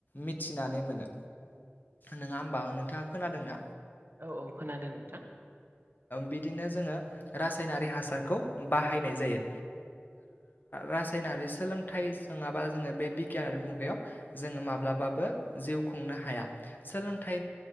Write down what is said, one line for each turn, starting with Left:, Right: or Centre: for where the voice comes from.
Left: मिथिनानै मोनो नङा होमबा नोंथाङा खोनादोंना
Right: औ औ खोनादों नोंथां
Left: बिदिनो जोङो रासायनारि हासारखौ बाहायनाय जायो रासायनारि सोलोंथाइ नङाबा जोङो बे बिगियानारि मुगायाव जोङो माब्लाबाबो जिउ खुंनो हाया सोलोंथाइ